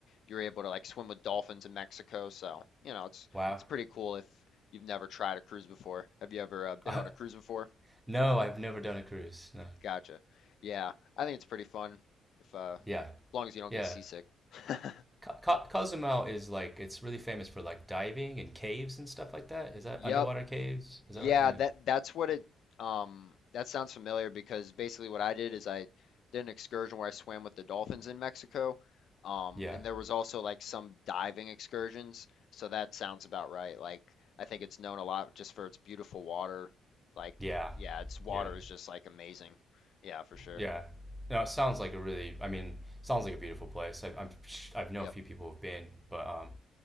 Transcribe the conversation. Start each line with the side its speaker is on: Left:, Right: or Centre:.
Left: you're able to like swim with dolphins in Mexico. So, you know, it's
Centre: Wow.
Left: it's pretty cool if you've never tried a cruise before. Have you ever
Centre: <laughs>
Left: uh, been
Centre: I,
Left: on a cruise before?
Centre: No, I've never done a cruise. No.
Left: Gotcha. Yeah, I think it's pretty fun if uh as
Centre: Yeah.
Left: long as you don't
Centre: Yeah.
Left: get seasick. <laughs>
Centre: Ca Ca Cozumel is like it's really famous for like diving and caves and stuff like that. Is that
Left: Yep.
Centre: underwater caves? Is
Left: Yeah,
Centre: that right? Yeah.
Left: that that's what it um that sounds familiar because basically what I did is I did an excursion where I swam with the dolphins in Mexico. Um
Centre: Yeah.
Left: and there was also like some diving excursions, so that sounds about right. Like I think it's known a lot just for its beautiful water. Like
Centre: Yeah.
Left: yeah, its water
Centre: Yeah.
Left: is just like amazing. Yeah, for sure.
Centre: Yeah. No, it sounds like a really I mean, sounds like a beautiful place. I I'm I've know
Left: Yep.
Centre: a few people who've been, but um